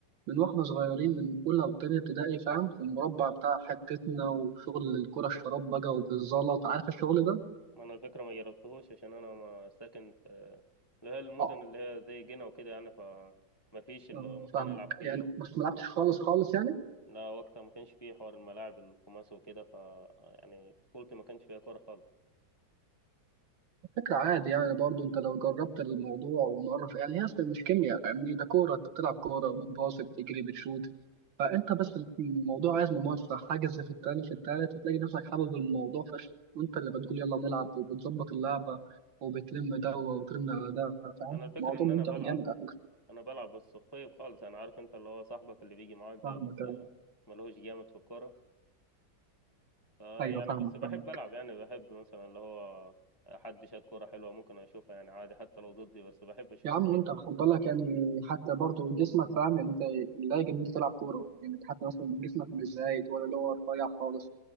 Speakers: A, on the right (about 80°); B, on the left (about 20°).
A: من واحنا صغيرين من أولى وتانية ابتدائي فاهم في المربع بتاع حتتنا وشغل الكرة الشراب بقى وبالزلط عارف الشغل ده؟
B: ما انا الفكرة ما جربتهوش عشان انا ما ساكن في اللي هي المدن
A: اه
B: اللي هي زي جنة وكده يعني ف ما فيش اللي
A: آه،
B: هو مكان
A: فاهمك
B: العب فيه
A: يعني بس ما لعبتش خالص خالص يعني
B: لا وقتها ما كانش فيه حوار الملاعب الخماسي وكده ف يعني طفولتي ما كانش فيها كورة خالص
A: فكرة عادي يعني برضو انت لو جربت الموضوع ومرة في- يعني هي اصلا مش كيمياء فاهمني ده كورة انت بتلعب كورة بتباصي بتجري بتشوت فانت بس الموضوع عايز ممارسة حاجز في التاني في التالت هتلاقي نفسك حابب الموضوع فشخ وانت اللي بتقول يلا نلعب وبتظبط اللعبة وبتلم ده وترن على ده فاهم
B: انا الفكرة
A: الموضوع
B: ان
A: ممتع
B: انا بلعب
A: جامد على فكرة
B: انا بلعب بس خفيف خالص انا عارف انت اللي هو صاحبك اللي بيجي معاك
A: فاهمك
B: ده بس ملهوش جامد في الكورة ف
A: ايوه
B: يعني
A: فاهمك
B: بس بحب
A: فاهمك
B: العب يعني بحب مثلا اللي هو حد شاد كورة حلوة ممكن اشوفها يعني عادي حتى لو ضدي بس بحب اشوفها
A: يا عم وانت خد بالك يعني حتى برضو جسمك فاهم يعني انت لايق ان انت تلعب كوره يعني حتى مثلا جسمك مش زايد ولا اللي هو رفيع خالص